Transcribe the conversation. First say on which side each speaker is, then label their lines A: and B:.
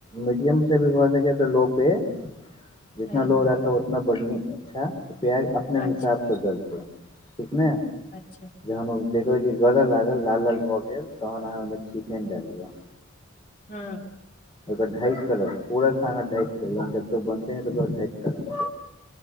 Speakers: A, on the left (about 20°); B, on the left (about 40°).
A: मीडियम से भी भ लो पे जितना
B: हँ
A: लोग रहत ओत न बढ़नी अ्छा प्याज अपने
B: अच्छा
A: हिसाब से जलते ठीक ने
B: अच्छा
A: जहान देखो क गदल लागल लाल लाल भए गेल तहन अह ओ चिकेन द दियौ
B: हँ
A: रा ढक र पूरा खाना ढक जब त बनते त ढक रत